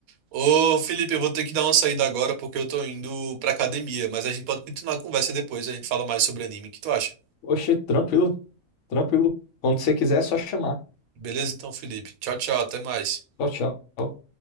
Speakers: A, on the right (about 75°); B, on the left (about 65°).
A: Ô, Felipe, eu vou ter que dar uma saída agora porque eu tô indo pra academia. Mas a gente pode continuar a conversa depois. A gente fala mais sobre anime. O que tu acha?
B: Oxe, tranquilo, tranquilo. Quando você quiser, é só chamar.
A: Beleza, então, Felipe. Tchau, tchau. Até mais.
B: Tchau, tchau.